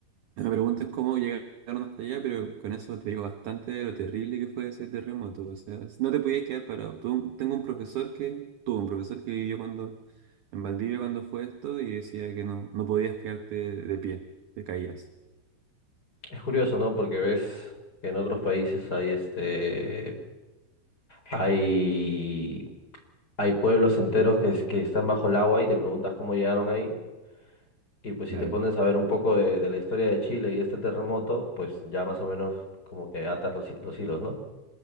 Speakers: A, on the right (about 75°); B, on the left (about 20°).
A: Me preguntas cómo llegaron hasta allá, pero con eso te digo bastante de lo terrible que fue ese terremoto. O sea, no te podías quedar parado. Tuve tengo un profesor que, tuvo un profesor que vivió cuando, en Valdivia cuando fue esto y decía que no, no podías quedarte de pie, te caías.
B: Es curioso, ¿no? Porque ves que en otros países hay este hay hay pueblos enteros que, es- que están bajo el agua y te preguntas cómo llegaron ahí. Y pues
A: Claro.
B: si te pones a ver un poco de, de la historia de Chile y este terremoto, pues ya más o menos como que atas los, hi- los hilos, ¿no?